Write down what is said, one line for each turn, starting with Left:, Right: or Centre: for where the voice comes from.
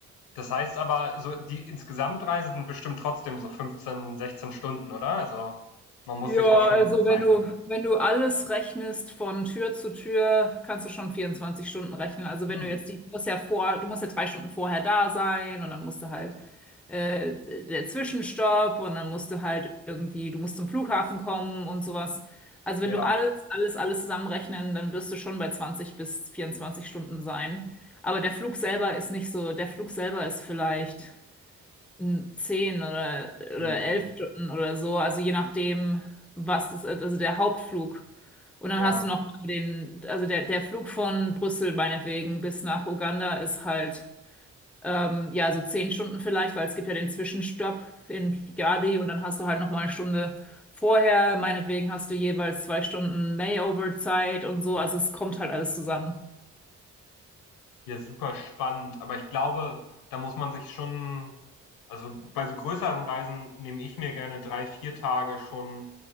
Left: das heißt aber, so die Insgesamtreise sind bestimmt trotzdem so 15 16 Stunden, oder? Also man muss
Centre: Ja,
Left: sich da schon
Centre: also
Left: Zeit
Centre: wenn du,
Left: nehmen.
Centre: wenn du alles rechnest von Tür zu Tür, kannst du schon 24 Stunden rechnen. Also
Left: Hm,
Centre: wenn du jetzt die, du musst ja vor, du musst ja drei Stunden vorher da sein und dann musst du halt äh, der Zwischenstopp und dann musst du halt irgendwie, du musst zum Flughafen kommen und sowas. Also
Left: ja,
Centre: wenn du alles, alles, alles zusammenrechnen, dann wirst du schon bei 20 bis 24 Stunden sein. Aber der Flug selber ist nicht so, der Flug selber ist vielleicht n- zehn oder, oder
Left: hm,
Centre: elf Stunden oder so, also je nachdem, was das ist, also der Hauptflug. Und dann
Left: ja,
Centre: hast du noch mal den, also der, der Flug von Brüssel meinetwegen bis nach Uganda ist halt, ähm, ja, so zehn Stunden vielleicht, weil es gibt ja den Zwischenstopp in Kigali und dann hast du halt noch mal eine Stunde vorher, meinetwegen hast du jeweils zwei Stunden Layover-Zeit und so, also es kommt halt alles zusammen.
Left: ja, super spannend. Aber ich glaube, da muss man sich schon, also bei so größeren Reisen nehme ich mir gerne drei, vier Tage schon